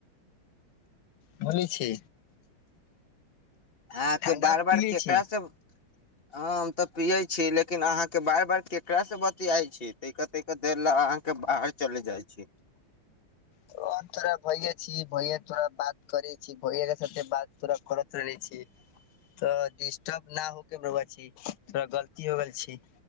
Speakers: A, on the left; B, on the left.
A: बोले छी
B: आ
A: ठण्डा
B: के बार बार
A: पीले
B: केकरा
A: छी
B: से ह हम तऽ पियै छी लेकिन अहाँ के बार बार केकरा से बतियाई छी ते कहते के दे ल अहाँके बाहर चलि जाइ छी
A: थोड़रा भैये छी भैय तोरा बात करे छी भैये के साथे बात तोड़ करत रहले छी तो डिस्टर्ब न हो के बआ छी थोड़ा गलती हो गेल छी